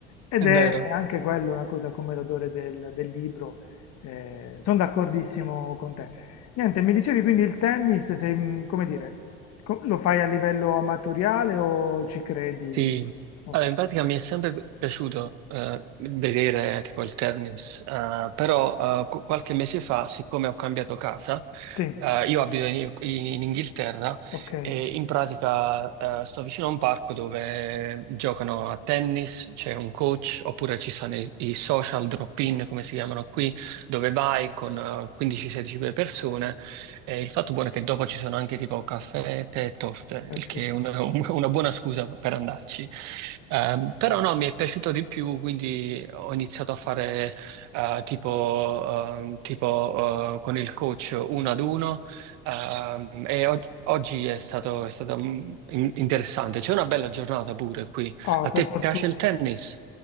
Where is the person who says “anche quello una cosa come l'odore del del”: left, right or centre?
Left